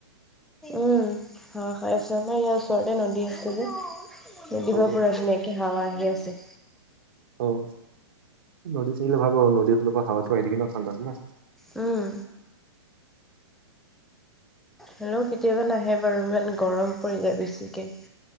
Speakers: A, in the centre; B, on the right (about 50°).
A: উম, হাৱা খাই আছো। আমাৰ ইয়াৰ ওচৰতে নদী আছে যে। নদীৰ
B: অ
A: পাৰৰ পৰা ধুনীয়াকে হাৱা আহি আছে।
B: অও নদী থাকিলে ভাল পাওঁ। নদীৰ ফালৰ পৰা হাৱাটো আহি থাকে ন ঠাণ্ডাত ন।
A: উম। হলেও কেতিয়াবা নাহে বাৰু ইমান গৰম পৰিলে বেছিকে।